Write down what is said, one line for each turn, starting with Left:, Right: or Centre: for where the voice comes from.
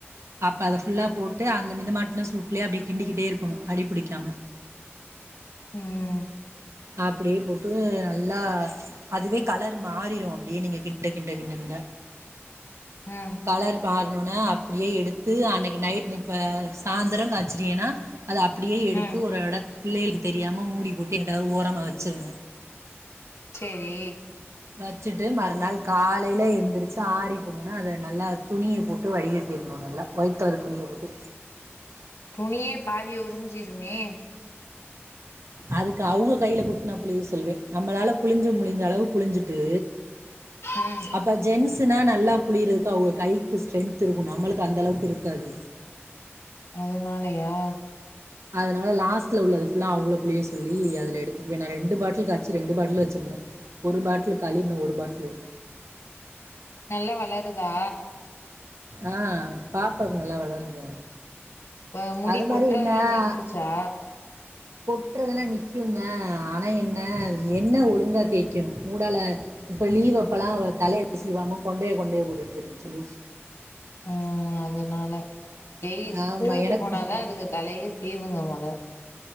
Right: அப்ப அத ஃபுல்லா போட்டு அந்த மிதமாட்டுன சூட்லயே அப்டி கிண்டிக்கிட்டே இருக்கணும் அடிபிடிக்காம
Left: உம்
Right: அப்டியே போட்டு நல்லா அதுவே கலர் மாறிரும் அப்டியே நீங்க கிண்ட கிண்ட கிண்ட கிண்ட
Left: ம்
Right: கலர் மாரு இன்னொன்னு அப்டியே எடுத்து அன்னைக்கு நைட் இப்ப சாந்திரம் காய்ச்சிரீங்கன்னா அது அப்டியே எடுத்
Left: ம்
Right: த்து ஒரு எடத் பிள்ளைகளுக்கு தெரியாம மூடி போட்டு எங்குட்டாவது ஓரமா வச்சிருங்க
Left: செரி
Right: வச்சுட்டு மறுநாள் காலைல எழுந்திரிச்சு ஆரி போனோன அத நல்லா துணிய போட்டு வடிகட் ட்டிரனும் நல்லா வைட் கலர் துணிய போட்டு
Left: துணியே பாதிய உறிஞ்சிருமே
Right: அதுக் அவ்ங்க கைல குடுத்து நா புளிய சொல்வேன் நம்மால புளிஞ்சு பிளிஞ்ச அளவு புளிஞ்சுட்டு
Left: ம்
Right: அப்ப ஜென்ஸ்னா நல்லா புளியுரு அவ்ங்க கைக்கு ஸ்ட்ரென்த் ருக்கும் நம்மளுக் அந்த அளவுக் ருக்காது
Left: அதனாலயா
Right: அதனால லாஸ்ட்ல உள்ளத புல்லா அவுகள புளிய சொல்லி அதுல எடுத்துக்வேன் நா ரெண்டு பாட்டில் காச் ரெண்டு பாட்டில் வெச்ருந்தேன் ஒரு பாட்டில் காலி இன்னோ ஒரு பாட்டில் இருக்கு
Left: நல்லா வளருதா
Right: ஆ பாப்பாக் நல்லா வளருது
Left: அ முடி
Right: அது மாரி
Left: கொட்றதெல்லா
Right: என்ன அ
Left: நின்றுச்சா
Right: கொட்றதெல்லா நிக் பியுங்க ஆனா என்ன எண்ண ஒலுங்கா தேய்க்கேன் ஹூடால இப்போ லீவ் அப்பலா தலயே சீவாம கொண்டய கொண்டய போட்டு திரிஞ்ச் லூஸு
Left: அ அதனால டெய்லி ஸ்கூலுக்கு
Right: ஆமா எனக்கும்.
Left: போனாதான் இதுக தலய சீவுங்க மொத